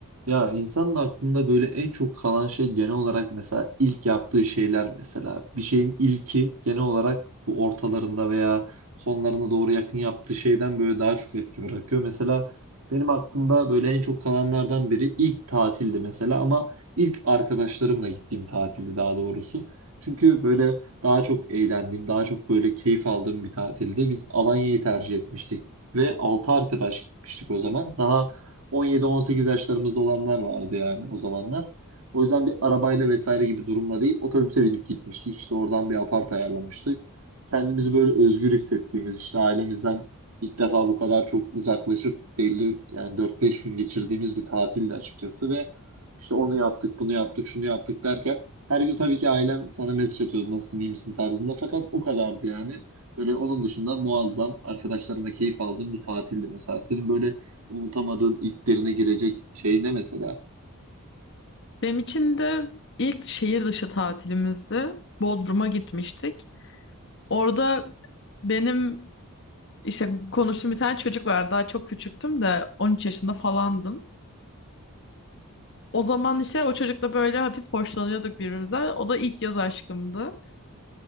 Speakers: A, on the right (about 80°); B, on the left (about 55°).
A: Ya insanın aklında böyle en çok kalan şey genel olarak mesela ilk yaptığı şeyler mesela. Bir şeyin ilki genel olarak bu ortalarında veya sonlarına doğru yakın yaptığı şeyden böyle daha çok etki bırakıyor. Mesela benim aklımda böyle en çok kalanlardan biri ilk tatildi mesela ama ilk arkadaşlarımla gittiğim tatildi daha doğrusu. Çünkü böyle daha çok eğlendiğim, daha çok böyle keyif aldığım bir tatildi. Biz Alanya'yı tercih etmiştik ve 6 arkadaş gitmiştik o zaman. Daha 17-18 yaşlarımızda olanlar vardı yani o zamanlar. O yüzden bir arabayla vesaire gibi durumla değil otobüse binip gitmiştik. İşte oradan bir apart ayarlamıştık. Kendimizi böyle özgür hissettiğimiz işte ailemizden ilk defa bu kadar çok uzaklaşıp belli yani 4-5 gün geçirdiğimiz bir tatildi açıkçası ve işte onu yaptık, bunu yaptık, şunu yaptık derken her gün tabii ki ailen sana mesaj atıyordu nasılsın, iyi misin tarzında fakat o kadardı yani. Böyle onun dışında muazzam arkadaşlarıma keyif aldığım bir tatildi mesela. Senin böyle unutamadığın ilklerine girecek şey ne mesela?
B: Benim için de ilk şehir dışı tatilimizdi. Bodrum'a gitmiştik. Orada benim işte konuştuğum bir tane çocuk var. Daha çok küçüktüm de 13 yaşında falandım. O zaman işte o çocukla böyle hafif hoşlanıyorduk birbirimizden. O da ilk yaz aşkımdı.